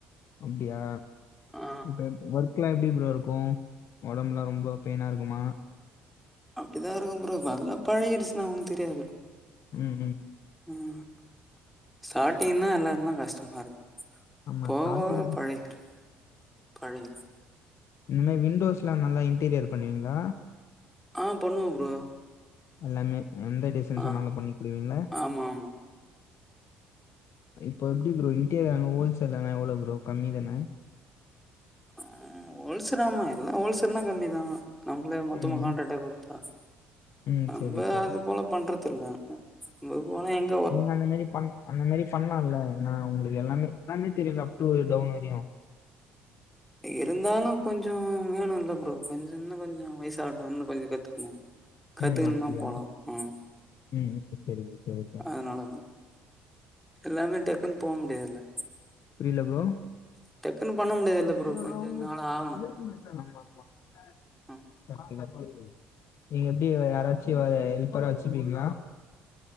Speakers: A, on the left; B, in the centre.
A: அப்டியா
B: ஆ
A: இப்ப ஒர்க் லா எப்டி ப்ரோ இருக்கூ ஒடம்புலா ரொம்ப பெய்னா இருக்குமா
B: அப்டிதா இருக்கூ ப்ரோ தல்லா பழகிடுச்சுன்னா ஒண்ணு தெரியாது ப்ரோ
A: ம் ம்
B: ம் சாட்டிங்ன்னா எல்லாருந்தா கஷ்டமா இருக்
A: ஆமா
B: போவ
A: ஸ்டார்டிங்
B: போக பழகிடு பழகிடு
A: இந் மாரி விண்டோஸ்லா நல்லா இன்டீரியர் பண்ணுவிங்ளா
B: ஆ பண்ணுவ ப்ரோ
A: எல்லாமே எந்த டிசைன்
B: ஆ
A: சொன்னாலு பண்ணி குடுவீங்ள
B: ஆமா ஆமா
A: இப்போ எப்டி ப்ரோ இன்டீரியர்னா ஹோல்சேல்ன எவ்ளோ ப்ரோ கம்மி தான
B: ஆ ஓல்சர் ஆமா எல்லா ஓல்சர்னா கம்மிதா நம்ளே மொத்தமா
A: ம்
B: கான்ட்ரக்டா குடுத்தா
A: ம்
B: நம்ப
A: செரி செரி
B: அது போல பண்றது ல்ல நம்ப போனா எங்
A: நீங்க அந்த மாரி பண் அந்த மாரி பண்லால ஆனா உங்களுக்கு எல்லாமே எல்லாமே தெரியுல அப் டூ டவுன் வரையு
B: இருந்தாலு கொஞ்சோ வேணுல்ல ப்ரோ கொஞ்சோ இன்னு கொஞ்சோ வயசாட்டு இன்னு கொஞ்சோ கத்துக்கணு கத்துக்கணுன்னா
A: ம் அப்டியா
B: போலா ம்
A: ம் செரி ப்ரோ செரி ப்ரோ
B: அதனாலதா எல்லாமே டக்குன்னு போ முடியாதுல
A: புரில ப்ரோ
B: டக்குன்னு பண்ண முடியாதுல்ல
A: ஆமா
B: ப்ரோ கொஞ்ச நாள் ஆகணு ம்
A: நீங்க எப்டி யாராச்சு ஹெல்பரா வச்சிப்பீங்களா